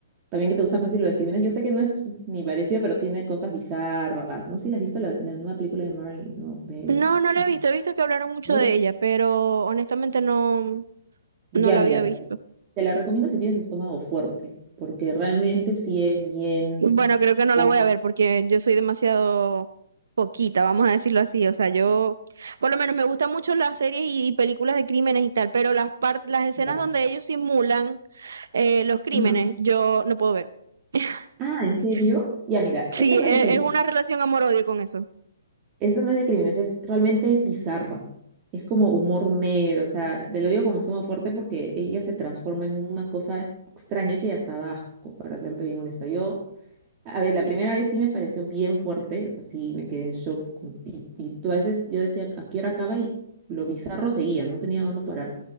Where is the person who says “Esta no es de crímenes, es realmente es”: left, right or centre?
Right